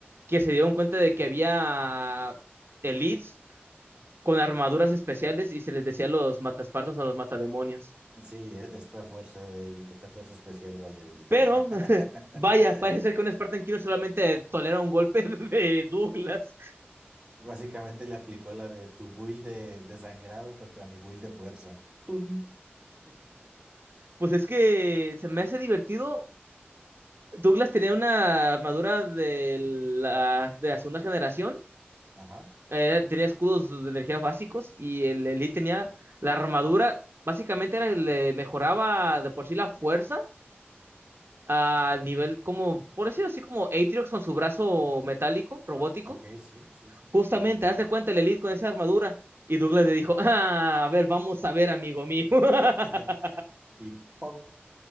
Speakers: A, on the right (about 70°); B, on the right (about 25°).
A: que se dieron cuenta de que había elites con armaduras especiales y se les decía los mataspartos o los matademonios.
B: Sí, e- esta fuerza de élite, esta fuerza especial, vaya dedicada.
A: Pero, <laughs> vaya,
B: <laughs>
A: parece que un Spartan Killer solamente tolera un golpe <laughs> de Douglas.
B: Básicamente le aplicó la de tu build de, de sangrado contra mi build de fuerza. ¡Tun! <laughs>
A: Pues es que se me hace divertido. Douglas tenía una armadura de la, de la segunda generación,
B: Ajá.
A: eh, tenía escudos de energía básicos y el Elite tenía la armadura, básicamente era- le mejoraba de por sí la fuerza a nivel como, por decirlo así, como Atriox con su brazo metálico, robótico
B: Ok, sí, sí, sí.
A: Justamente,
B: Una buena.
A: haz de cuenta el Elite con esa armadura. Y Douglas
B: Mm,
A: le
B: Ok.
A: dijo, ah, a ver, vamos a ver, amigo mío. <laughs>
B: <laughs> Y ¡pong!